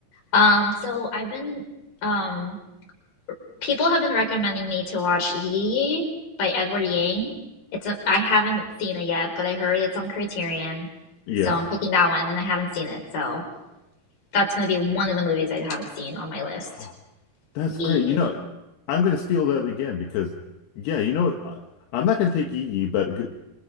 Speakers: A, on the left; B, on the left.
A: Um, so I've been um people have been recommending me to watch Yi by Edward Yang. It's a, I haven't seen it yet, but I heard it's on Criterion.
B: Yeah.
A: So I'm picking that one and I haven't seen it, so That's gonna be one of the movies I haven't seen on my list.
B: Oh, that's
A: Yeah.
B: great. You know, I'm going to steal that again because yeah, you know I, I'm not going to take Yi Yi, but